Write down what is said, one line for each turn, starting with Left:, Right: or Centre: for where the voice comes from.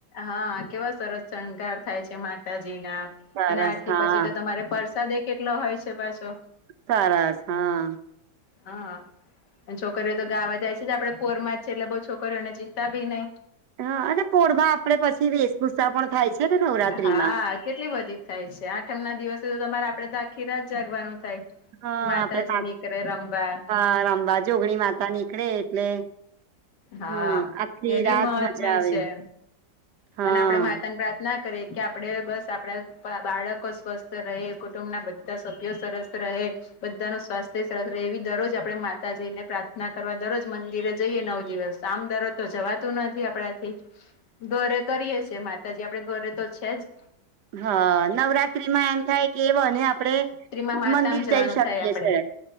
Left: હા કેવા સરસ શણગાર થાય છે માતાજીના.
Right: સરસ
Left: અને આરતી
Right: હા
Left: પછી તો તમારે પરસાદેય કેટલો હોય છે પાછો.
Right: સરસ હા
Left: હા ને છોકરીઓ તો ગાવા જાય છે જ આડે પોરમાં છે એટલે બોઉ છોકરીઓને ચિંતા ભી નઇ.
Right: હા અને પોળમાં આપડે પછી વેશભૂષા પણ થાય છે. ને નવરાત્રીમાં
Left: હા કેટલી બધી થાય છે. આઠમ ના દિવસે તો તમારે આપડે તો આખી રાત જાગવાનું થાય.
Right: હા
Left: માતાજી
Right: આપડે આક
Left: નીકળે રમવા
Right: હા રમબા જોગણી માતા નીકળે એટલે.
Left: હા
Right: હમ આખી
Left: એનુંય
Right: રાત
Left: મહત્મય
Right: મજા આવે
Left: છે
Right: હા
Left: અને આપડે માતા ને પ્રા ના કરીએ કે આપડે બસ આપડા બાળકો સ્વસ્થ રહે. કુટુંબના બધા સભ્યો સરસ રહે. બધાનું સ્વાસ્થ્ય સરત રહે એવી દરરોજ આપડે માતાજીને પ્રાર્થના કરવા દરરોજ મંદિરે જઈએ નવ દિવસ આમ દરોજ તો જવાતું નથી આપડાથી. ઘરે કરીએ છે માતાજી આપડે ઘરે તો છે જ.
Right: હ નવરાત્રી માં એમ થાય કે વને આપ આપડે
Left: ત્રીમાં માતામ
Right: મંદિર
Left: જવાનું
Right: જઈ શકીએ
Left: થાય આપડે
Right: છે.